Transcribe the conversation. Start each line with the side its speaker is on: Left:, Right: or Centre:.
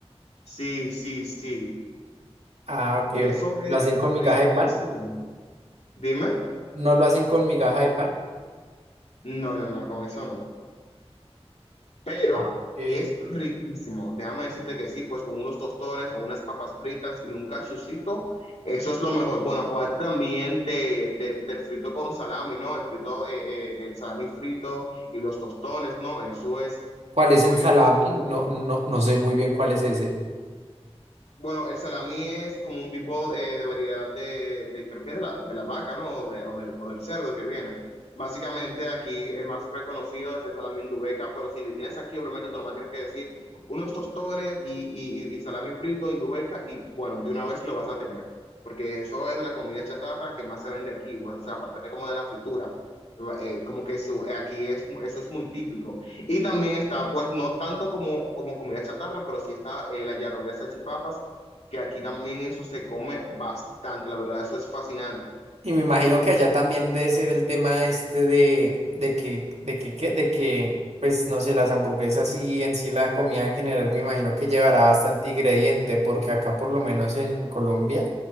Left: Sí, sí, sí.
Right: Ah, ok,
Left: Eso
Right: ok.
Left: es
Right: Lo hacen con
Left: riquísimo.
Right: migaja de pan.
Left: Dime.
Right: No lo hacen con migaja de pan.
Left: No, no, no, con eso no. Pero
Right: Ok.
Left: es riquísimo. Déjame decirte que sí, pues con unos tostones o unas papas fritas y un cachucito, eso es lo mejor. Bueno, aparte también de, de- del frito con salami, ¿no? El frito, eh, eh, el salami frito y los tostones, ¿no? Eso es
Right: ¿Cuál
Left: buenísimo.
Right: es el salami? No, no, no sé muy bien cuál es ese.
Left: Bueno, el salami es como un tipo eh, de variedad de, de- creo que es de la, de la vaca, ¿no? O, de- o del, o del cerdo que viene. Básicamente aquí el más reconocido es el salami indubeca, pero si vienes aquí, obviamente tú nomás tienes que decir unos tostones y, y, y y salami frito, indubeca, y bueno, de una vez lo vas a tener, porque eso es de la comida chatarra que más se vende aquí, o sea, aparte como de la fritura. eh, como que su- eh, aquí es, eso es muy típico. Y también está, pues, no tanto como, como comida chatarra, pero sí está eh, la yaroa de salchipapas que aquí también eso se come bastante, la verdad, eso es fascinante.
Right: Y me imagino que allá también debe ser el tema este de, de que, de que, que- de que, pues no sé, las hamburguesas y en sí la comida en general, me imagino que llevará bastante ingrediente, porque acá por lo menos en Colombia,